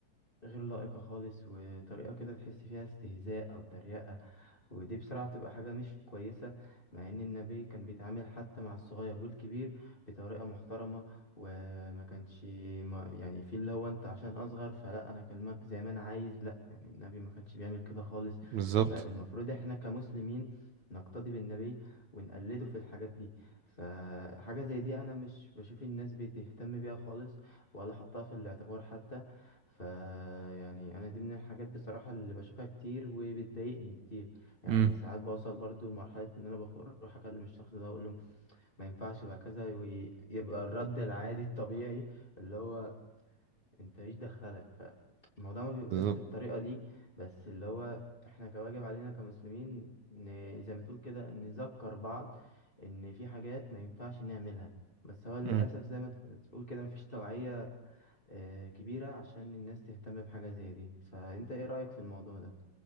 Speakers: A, on the left; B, on the right.
A: غير لائقة خالص وطريقة كده تحس فيها استهزاء أو تريقة ودي بصراحة بتبقى حاجة مش كويسة مع إن النبي كان بيتعامل حتى مع الصغير والكبير بطريقة محترمة وما كانش ما يعني في اللي هو أنت عشان أصغر فلا أنا أكلمك زي ما أنا عايز لا يعني النبي ما كانش بيعمل كده خالص
B: بالظبط
A: فالمفروض إحنا كمسلمين نقتدي بالنبي ونقلده في الحاجات دي فحاجة زي دي أنا مش بشوف الناس بتهتم بيها خالص ولا حطها في الاعتبار حتى فيعني انا دي من الحاجات بصراحة اللي بشوفها كتير وبتضايقني كتير يعني
B: امم
A: ساعات بوصل برضو لمرحلة ان انا بخ- بروح اكلم الشخص ده اقول له ما ينفعش يبقى كذا ويبقى الرد العادي الطبيعي اللي هو انت ايش دخلك فالموضوع ما بيبقاش
B: بالظبط
A: بالطريقة دي بس اللي هو احنا كواجب علينا كمسلمين ن- زي ما تقول كده نذكر بعض ان في حاجات ما ينفعش نعملها بس هو للأسف
B: امم
A: زي ما ت- تقول كده مفيش توعية آه، كبيرة عشان الناس تهتم بحاجة زي دي فأنت إيه رأيك في الموضوع ده؟